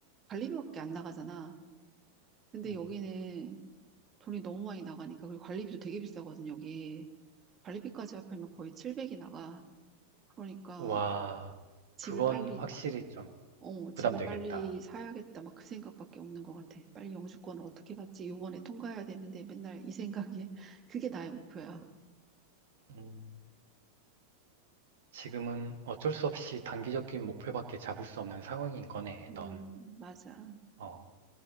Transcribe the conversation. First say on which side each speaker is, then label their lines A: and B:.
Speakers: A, on the right (about 25°); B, on the right (about 55°).
A: 관리비밖에 안 나가잖아. 근데
B: 음.
A: 여기는 돈이 너무 많이 나가니까 그리고 관리비도 되게 비싸거든, 여기. 관리비까지 합하면 거의 700이 나가. 그러니까
B: 와,
A: 집을
B: 그건
A: 빨리,
B: 확실히 좀
A: 어, 집을
B: 부담되겠다.
A: 빨리 사야겠다. 막 그 생각밖에 없는 것 같아. 빨리 영주권을 어떻게 받지? 요번에 통과해야 되는데 맨날 이 생각이, <laughs> 그게 나의 목표야.
B: 음, 지금은 어쩔 수 없이 단기적인 목표밖에 잡을 수 없는 상황인 거네,
A: 음,
B: 넌.
A: 맞아.
B: 어,